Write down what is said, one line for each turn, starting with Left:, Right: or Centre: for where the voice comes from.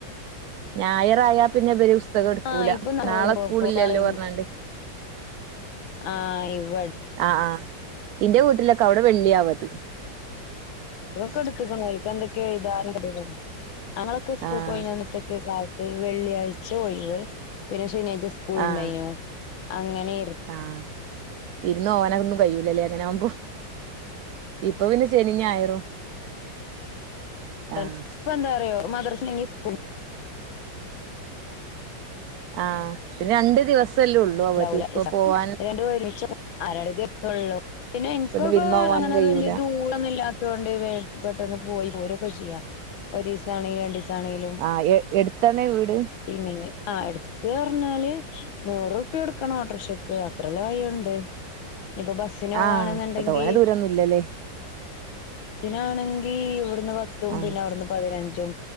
Right: ഞായറായ പിന്നെ ഇവര് പുസ്തകം എടുക്കൂല
Left: ആഹ് ഇപ്പൊ
Right: നാളെ സ്കൂളില്ലല്ലോ
Left: പ്പോ പറയണ്ട്
Right: പറഞ്ഞാണ്ട്
Left: ആഹ് ഇവ
Right: ആഹ് ആഹ് ഇന്റെ വീട്ടിലൊക്കെ അവിടെ വെള്ളിയാ അവധി
Left: ഇതൊക്കെ എടുതേക്കണ് ഓൽക്ക് എന്തൊക്കെ എഴുതാനുണ്ട് പറഞ്ഞ് ഞങ്ങളൊക്കെ സ്കൂൾ
Right: ആഹ്
Left: കയിഞ്ഞിട്ട്ക്ക് കാല ത്ത് വെള്ളിയാഴ്ച ഒഴിവ് പിന്നെ ശനിയാഴ്ച സ്കൂൾ
Right: ആഹ്
Left: ഉണ്ടായിനോ അങ്ങനെ
Right: ആഹ് ഇരുന്നു ഓനതന്നും കഴിയൂലല്ലേ അങ്ങനെ ആവുമ്പോ ഇപ്പൊ പിന്നെ ശനിയും ഞായറും
Left: ചെൽപ്പോ
Right: ആഹ്
Left: എന്താറിയോ മദ്രസയില്ലങ്കി സ്കൂള്
Right: ആഹ് പിന്നെ രണ്ട് ദിവസല്ലേ ഉള്ളൂ അവധി
Left: ഉണ്ടാവൂല
Right: ഇപ്പൊ പോവാ
Left: രണ്ടും ഒരുമിച്ചോ ആഹ് രണ്ട് ദിവസൊള്ളല്ലോ പിന്നെ എനിക്കൊക്കെ
Right: വിരുന്ന് പോവാനും
Left: അങ്ങനൊരു
Right: കഴിയൂല
Left: വലിയ ദൂരൊന്നു ഇല്ലാ ത്തോണ്ട് പെട്ടന്ന് പോയി പോരുവൊക്കെ ചെയ്യാം ഒരൂസാണെങ്കിലും രണ്ടൂസാണെങ്കിലും
Right: ആഹ് എടുത്തന്നേ വീട്
Left: പിന്നെ ആഹ് അടുത്തന്ന് പറഞ്ഞാല് നൂറുപ്യ കൊടുക്കണം ഓട്ടോറിക്ഷക്ക് അത്രൊള്ള വഴിയുണ്ട് ഇപ്പൊ ബസ്സിന് പോവാണെന്നുണ്ടെങ്കി
Right: ആഹ് ഇപ്പൊ തോനെ ദൂരൊന്നും ഇല്ലല്ലേ
Left: നാണെങ്കി ഇവിടുന്ന് പത്തും
Right: ആഹ്
Left: പിന്നെ അവിടുന്ന് പതിനഞ്ചും